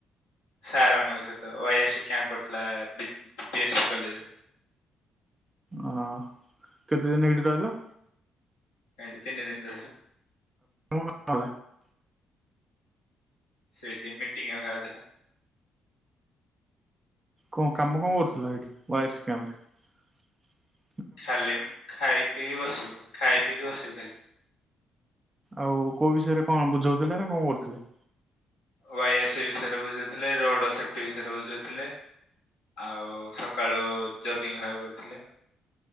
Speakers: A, on the left; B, on the right.
A: ସାରମାନଙ୍କ ସହିତ ୱାଇ ଆର୍ ସି କ୍ୟାମ୍ପ ପଡିଥିଲା ବି ଏସ୍ ପି କଲେଜରେ।
B: ଅ କେତେଦିନ ଏଇଠି ରହିଲ?
A: ଏଠି ତିନି ଦିନ ରହିଲୁ।
B: <inaudible>
A: ସେଇଠି ମିଟିଙ୍ଗ ଅ ହାର୍ ଥିଲା।
B: କଣ କାମ କଣ କରୁଥିଲ ସେଇଠି ଓ ୱାଇ ଆର ସି କ୍ୟାମ୍ପ ରେ?
A: ଖାଲି ଖାଇ ପିଇ ବସିବୁ। ଖାଇ ପିକି ବସିବୁ ଖାଲି।
B: ଆଉ କଉ ବିଷୟରେ କଣ ବୁଝଉଥିଲେ ନା କଣ କରୁଥିଲେ?
A: ୱାଇ ଆର୍ ସି ବିଷୟରେ ବୁଝଉଥିଲେ। ରୋଡ ସେଫଟି ବିଷୟରେ ବୁଝଉଥିଲେ ଆଉ ସକାଳୁ ଜଗିଙ୍ଗ୍ ଆ କରୁଥିଲେ।